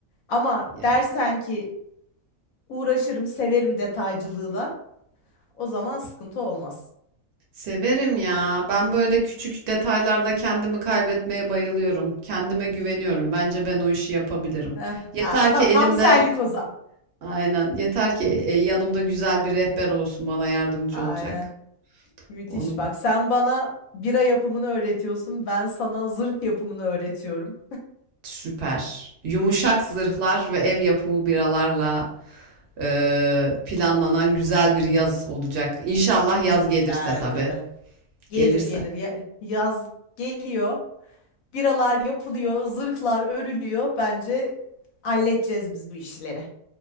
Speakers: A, on the left (about 75°); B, on the right (about 55°).
A: Ama
B: Ya
A: dersen ki uğraşırım, severim detaycılığı da o zaman sıkıntı olmaz.
B: severim ya. Ben böyle küçük detaylarda kendimi kaybetmeye bayılıyorum. Kendime güveniyorum. Bence ben o işi yapabilirim.
A: Eh,
B: Yeter
A: aa, ta-
B: ki elimde
A: tam senlik o zaman.
B: aynen yeter ki e, yanımda güzel bir rehber olsun bana yardımcı
A: Aynen.
B: olacak.
A: Müthiş
B: Onu
A: bak. Sen bana bira yapımını öğretiyorsun. Ben sana zırh yapımını öğretiyorum.
B: Süper. Yumuşak zırhlar ve ev yapımı biralarla e, planlanan güzel bir yaz olacak. İnşallah yaz gelirse
A: Bence
B: tabii.
A: de. Gelir
B: Gelirse.
A: gelir. Ya- yaz geliyor. Biralar yapılıyor, zırhlar örülüyor. Bence halledeceğiz biz bu işleri.